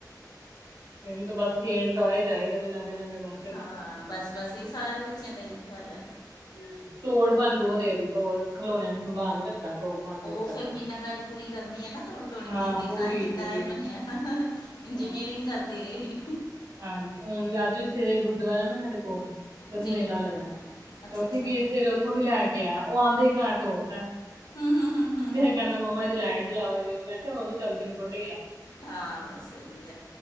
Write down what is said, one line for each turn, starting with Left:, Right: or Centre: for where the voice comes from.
Right: ਏਨੂੰ ਤਾਂ ਬਸ ਖੇਲ ਟੋਆਏ ਚਾਈਦੈ ਨੇ ਨਵੇਂ-ਨਵੇਂ ਵੰਨ
Left: ਹਾਂ ਬਸ-ਬਸ ਏਈ ਸਾਰੇ ਬੱਚਿਆਂ ਦਾ ਏਹੀ ਹਾਲ ਐ।
Right: ਹਮ, ਤੋੜ ਭੰਨ ਬੋਤ ਏ ਏਦੀ ਤੋੜ ਖਲੋਨਿਆਂ ਨੂੰ ਸੰਭਾਲ ਨੀ ਰੱਖਦਾ। ਤੋੜ ਭੰਨ ਬਹੁਤ
Left: ਓ
Right: ਕਰਦਾ
Left: ਫੇਰ ਮੀਨਾਕਾਰੀ ਪੂਰੀ ਕਰਨੀ ਐ ਨਾ ਤੋੜ-ਤੋੜ ਕੇ
Right: ਹਾਂ
Left: ਦੇਖਨਾ
Right: ਪੂਰੀ
Left: ਕਿੱਦਾਂ
Right: ਪੂਰੀ
Left: ਏ ਬਨੇਆ। ਇੰਜੀਨੀਅਰਿੰਗ
Right: ਹਾਂ,
Left: ਕਰਦੇ
Right: ਹਾਂਜੀ ਹੁਨ ਵੀ ਅਜ ਵੀ ਸਵੇਰੇ ਗੁਰਦੁਆਰਾ ਨਾ ਸਾਡੇ ਕੋਲ ਤੇ ਓਥੇ
Left: ਜੀ
Right: ਮੇਲਾ ਲੱਗਦਾ ਐ
Left: ਅੱਛਾ
Right: ਤੇ ਓਥੇ
Left: ਅੱਛਾ
Right: ਗਏ ਸਵੇਰੇ ਓਥੋਂ ਵੀ ਲੈ ਕੇ ਆਏ ਆਂ ਓ ਔਂਦੇ ਈ ਘਰ ਤੋੜਤਾ।
Left: ਹੂੰ ਹੂੰ ਹੂੰ ਹੂੰ
Right: ਫੇਰ ਕੈਂਦਾ ਮੰਮਾ ਏਦੀ ਲਾਈਟ ਚਲਾਵੋ ਏਦੀ ਮੈਂ ਕਿਆ ਹੁਨ ਨੀ ਚੱਲਦੀ ਹੁਨ ਟੁੱਟ ਗੇਆ।
Left: ਹਾਂ ਸਈ ਕਿਆ